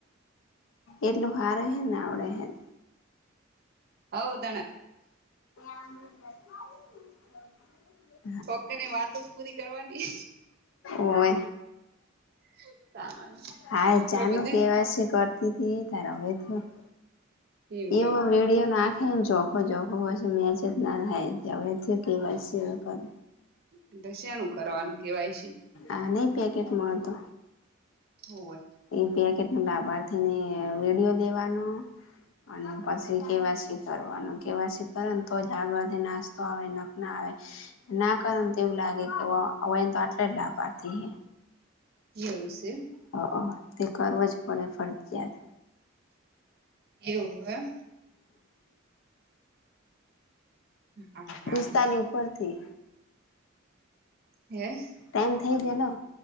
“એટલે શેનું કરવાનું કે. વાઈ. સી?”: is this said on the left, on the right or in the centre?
Right